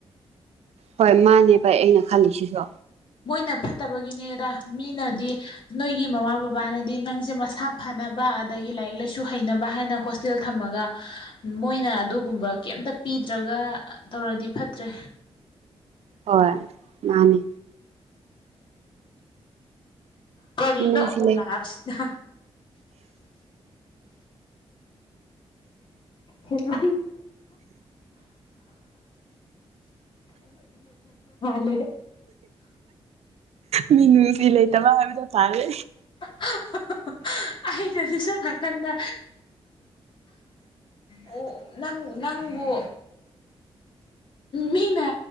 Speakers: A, on the right; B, on the left.
A: ꯍꯣꯏ ꯃꯥꯅꯦ ꯕ ꯑꯩꯅ ꯈꯜꯂꯤꯁꯤꯁꯨ
B: ꯃꯣꯏꯅ ꯐꯠꯇꯕꯒꯤꯅꯦꯗ ꯃꯤꯅꯗꯤ ꯅꯣꯏꯒꯤ ꯃꯃꯥ ꯕꯕꯥꯅꯗꯤ ꯅꯪꯁꯦ ꯃꯁꯥ ꯐꯅꯕ ꯑꯗꯒꯤ ꯂꯥꯏꯔꯤꯛ ꯂꯥꯏꯁꯨ ꯍꯩꯅꯕ ꯍꯥꯏꯅ ꯍꯣꯁꯇꯦꯜ ꯊꯝꯃꯒ ꯃꯣꯏꯅ ꯑꯗꯨꯒꯨꯝꯕ ꯀꯩꯝꯇ ꯄꯤꯗ꯭ꯔꯒ ꯇꯧꯔꯗꯤ ꯐꯠꯇ꯭ꯔꯦ
A: ꯍꯣꯏ ꯃꯥꯅꯤ
B: ꯀꯔꯤꯅꯦ
A: ꯃꯤꯅꯨꯡꯁꯤ
B: ꯑꯃꯃꯨꯛ
A: ꯂꯩ
B: ꯂꯥꯛꯑꯁꯤꯅ ꯍꯃ <unintelligible>
A: ꯃꯤ ꯅꯨꯁꯤ ꯂꯩꯇꯕ ꯍꯥꯏꯗ ꯇꯥꯔꯦ
B: <unintelligible> ꯑꯩꯅꯁꯨ ꯁꯝ ꯅꯥꯀꯟꯗ ꯑꯣ ꯅꯪ ꯅꯪꯕꯨ ꯃꯤꯅ